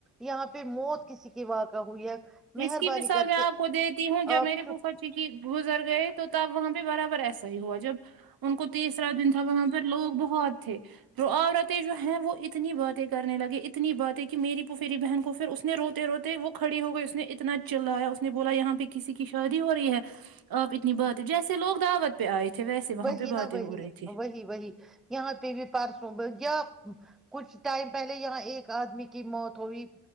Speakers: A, in the centre; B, on the right.
A: یہاں پہ موت کسی کی واں کا ہوئی ہے مہربانی
B: اس کی مثال
A: کر
B: میں
A: کے
B: آپ کو دیتی ہوں جب
A: آپ
B: میرے
A: چپ
B: فوفا جی کی گزر گئے تو تب وہاں پہ برابر ایسا ہی ہوا جب ان کو تیسرا دن تھا وہاں پہ لوگ بہت تھے عورتیں جو ہیں وہ اتنی باتیں کرنے لگے اتنی باتیں کہ میریی فوفیری بہن کو پھر اس نے روتے روتے وہ کھڑی ہو گئی نے اتنا چلایا اس نے بولا یہاں پہ کسی کی شادی ہو رہی ہے آپ اتنی بات جیسے لوگ دعوت پہ آئے تھے ویسے وہاں
A: وہی
B: پہ باتیں
A: نہا وہی
B: ہو رہی تھی
A: وہی وہی یہاں پہ پاس مے کیا کچھ ٹائم پہلے یہاں ایک آدمی کی موت ہوئی